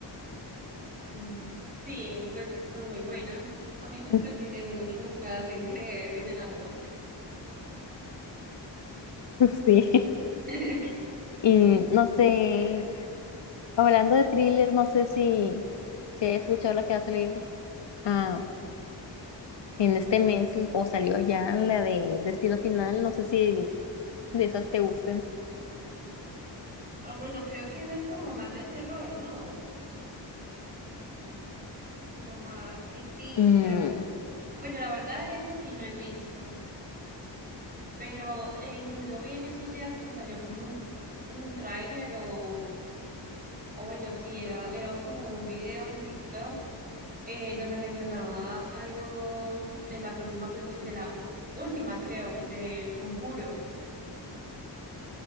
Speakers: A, on the right; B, on the left.
A: Mm, Sí, pues son muy buenas. A mí me entretienen
B: <laughs>
A: mucho, me hacen creer en el amor.
B: Sí.
A: <laughs>
B: Y no sé, hablando de thriller, no sé si, si he escuchado la que va a salir ah, en este mes o salió ya la de Destino Final, no sé si de esas te gusten.
A: Ah, bueno, creo que esa es como más de terror, ¿no? Como más ficticia.
B: Mm,
A: Bueno, la verdad esa sí no he visto, pero eh, incluso vi en estos días que salió como un, un tráiler o, o bueno, sí, era, era como un video en TikTok eh, donde mencionaba algo de la próxima, peli- de la última, creo, del Conjuro.